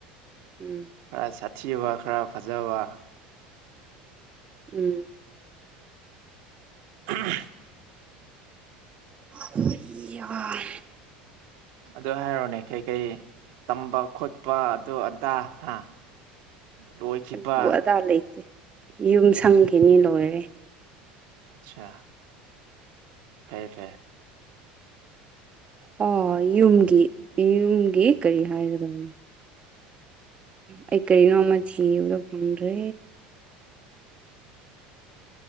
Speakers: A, on the right; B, on the right.
A: ꯎꯝ
B: ꯈꯔ ꯁꯥꯊꯤꯕ ꯈꯔ ꯐꯖꯕ
A: ꯎꯝ
B: ꯑ
A: ꯍꯣꯏꯑꯕ
B: ꯑꯗꯨ ꯍꯥꯏꯔꯣꯅꯦ ꯀꯩꯀꯩ ꯇꯝꯕ ꯈꯣꯠꯄ ꯑꯗꯨ ꯑꯗꯥ ꯍꯥ ꯂꯣꯏꯈꯤꯕ
A: ꯑꯗꯨ ꯑꯗꯥ ꯂꯩꯇꯦ ꯌꯨꯝ ꯁꯪꯈꯤꯅꯤ ꯂꯣꯏꯔꯦ
B: ꯑꯆꯥ ꯐꯩꯌꯦ ꯐꯩꯌꯦ
A: ꯍꯣꯏ ꯌꯨꯝꯒꯤ ꯌꯨꯝꯒꯤ ꯀꯔꯤ ꯍꯥꯏꯒꯗꯕꯅꯣ ꯑꯩ ꯀꯔꯤꯅꯣꯃ ꯊꯤꯕꯗꯣ ꯐꯪꯗ꯭ꯔꯦ